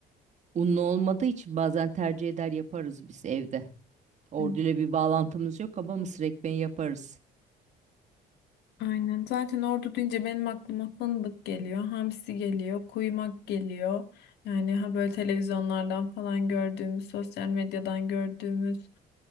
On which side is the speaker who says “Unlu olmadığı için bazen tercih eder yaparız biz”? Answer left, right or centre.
Right